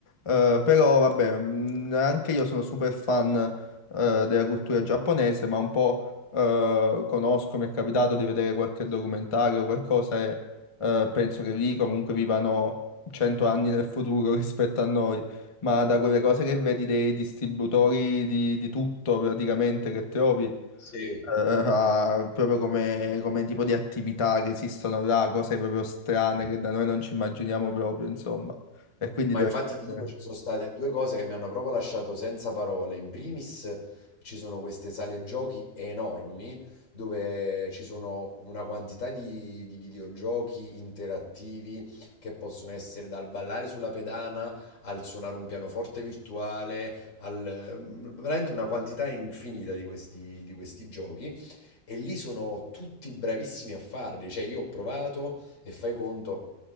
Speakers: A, on the left (about 20°); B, on the left (about 75°).
A: Eh, però vabbè, mh, anche io sono super fan eh, della cultura giapponese, ma un po' eh, conosco, mi è capitato di vedere qualche documentario o qualcosa e eh, penso che lì comunque vivano 100 anni nel futuro <laughs> rispetto a noi. Ma da quelle cose che vedi dei distributori di, di tutto praticamente che trovi, eh,
B: sì.
A: a- proprio come, come tipo di attività che esistono là, cose proprio strane che da noi non ci immaginiamo proprio, insomma. E quindi
B: Ma
A: deve
B: infatti ti
A: essere...
B: dico, ci sono state due cose che mi hanno proprio lasciato senza parole. In primis ci sono queste sale giochi enormi dove ci sono una quantità di, di videogiochi interattivi che possono essere dal ballare sulla pedana al suonare un pianoforte virtuale, al, mm, veramente una quantità infinita di questi, di questi giochi. E lì sono tutti bravissimi a farli, cioè io ho provato e fai conto,